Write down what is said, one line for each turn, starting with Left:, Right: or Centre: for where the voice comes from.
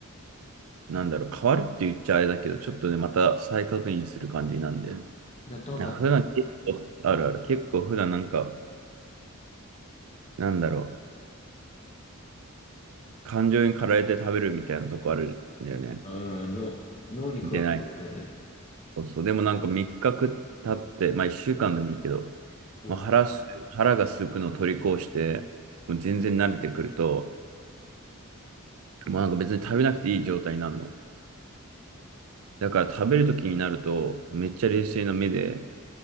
Right: なんだろう、変わるって言っちゃあれだけど、ちょっとね、また再確認する感じなんで、い
Left: やったことあるの
Right: や普段結構、あるある、結構普段なんか、なんだろう、感情に駆られて食べるみたいなとこあるんだよね。
Left: うん、脳、脳に加わせるみたい解だね。
Right: 見てない。そうそう。でもなんか3日経って、まあ1週間でもいいけど、
Left: うん。
Right: まあ、腹す、腹が空くのを取り越して、もう全然慣れてくると、もうなんか別に食べなくていい状態になるの。だから食べるときになると、めっちゃ冷静な目で